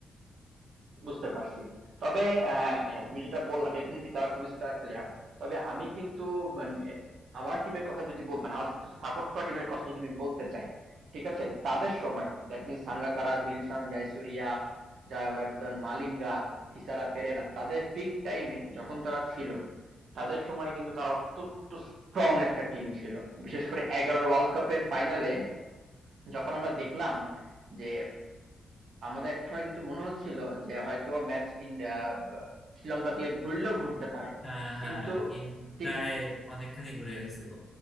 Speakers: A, on the right (about 70°); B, on the left (about 25°).
A: বুঝতে পারছি। তবে অ্যা হ্যাঁ, তুমি যেটা বললা ডেফিনিটলি তারা খুবই স্টার প্লেয়ার। তবে আমি কিন্তু মানে আমার টিমের কথা যদি বল মানে আমার সাপোর্ট করা টিমের কথা যদি আমি বলতে চাই, ঠিক আছে? তাদের সময় দ্যাট মিনস সাঙ্গাকারা, দিলশান, জয়সুরিয়া, জয়বর্ধন, মালিঙ্গা, থিসারা পেরেরা তাদের পিক টাইম এ যখন তারা ছিল, তাদের সময়ে কিন্তু তারা অত্যন্ত স্ট্রং একটা টিম ছিল। বিশেষ করে ১১ র ওয়ার্ল্ড কাপের ফাইনালে যখন আমরা দেখলাম যে আমাদের একসময় কিন্তু মনে হচ্ছিল যে হয়তোবা ম্যাচ ইন্ডিয়া শ্রীলঙ্কার দিকে ঘুরলেও ঘুরতে পারে
B: হ্যাঁ
A: কিন্তু
B: হ্যাঁ ইন
A: ঠিক
B: প্রায় অনেকখানি ঘুরে গেছিল